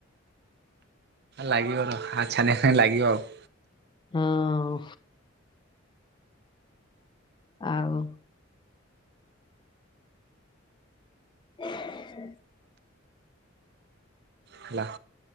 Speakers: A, on the right; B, on the left.
A: ଲାଗିବ ଡୋରି ଛାନିଆ କାହିଁକି ଲାଗିବ ଆଉ
B: ହଁ ଆଉ <inaudible>
A: ହେଲା